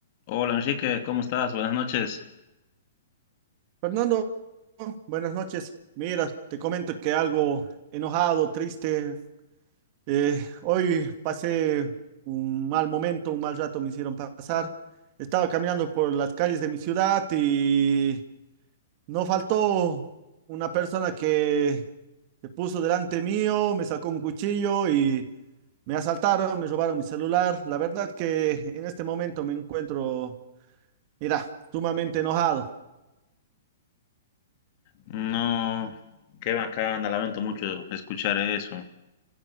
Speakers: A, on the left (about 45°); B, on the right (about 40°).
A: Hola Enrique, ¿cómo estás? Buenas noches.
B: Fernando, buenas noches. Mira, te comento que algo enojado, triste. eh, hoy pasé un mal momento, un mal rato me hicieron pasar. Estaba caminando por las calles de mi ciudad y no faltó una persona que se puso delante mío, me sacó un cuchillo y me asaltaron, me robaron mi celular. La verdad que en este momento me encuentro, mira, sumamente enojado.
A: No, qué bacana, lamento mucho escuchar eso.